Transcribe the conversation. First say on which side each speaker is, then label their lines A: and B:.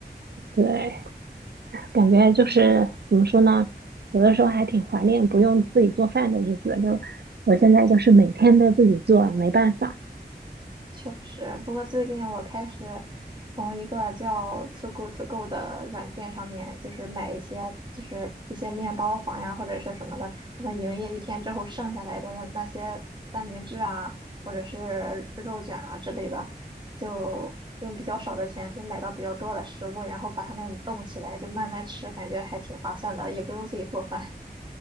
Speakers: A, on the right; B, on the right.
A: 对，感觉就是怎么说呢，有的时候还挺怀念不用自己做饭的日子。就我现在就是每天都自己做，没办法。
B: 确实，不过最近我开始从一个叫 t o g o To Go 的软件上面，就是买一些就是一些面包房呀或者是什么的，他们营业一天之后剩下来的那那些三明治啊，或者是肉卷啊之类的，就用比较少的钱可以买到比较多的食物，然后把它们冻起来就慢慢吃，感觉还挺划算的，也不用自己做饭。